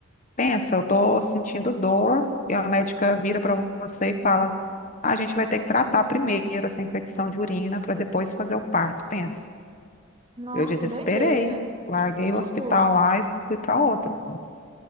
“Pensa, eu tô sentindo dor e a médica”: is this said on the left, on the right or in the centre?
Left